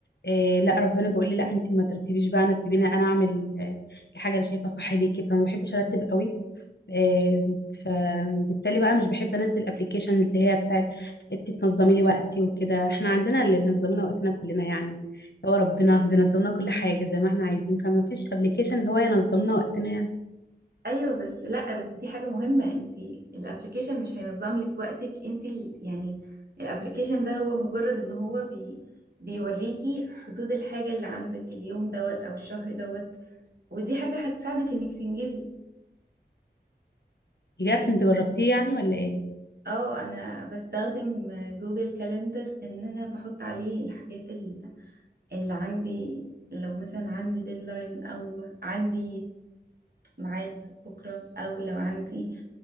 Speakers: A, on the left; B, on the right.
A: آه لا ربنا بيقول لي لا انت ما ترتبيش بقى انا سيبيني انا اعمل آه الحاجة اللي شايفة صح ليكي فما بحبش ارتب قوي آه، فبالتالي بقى مش بحب انزل ابلكيشنز هي بتاعت انت تنظمي لي وقتي وكده احنا عندنا اللي نظم لنا وقتنا كلنا يعني هو ربنا بينظم لنا كل حاجه زي ما احنا عايزين فما فيش ابلكيشن اللي هو ينظم لنا وقتنا يعني
B: ايوه بس لا بس دي حاجه مهمه انت الابلكيشن مش هينظم لك وقتك انت ال- يعني الابلكيشن ده هو مجرد ان هو بي بيوريكي حدود الحاجه اللي عندك اليوم دوت او الشهر دوت ودي حاجه هتساعدك انك تنجزي
A: بجد
B: ي-
A: انت جربتيه يعني ولا ايه
B: اه انا بستخدم جوجل كالندر ان انا بحط عليه الحاجات ال- اللي عندي لو مثلا عندي ديدلاين او عندي ميعاد بكرة أو لو عندي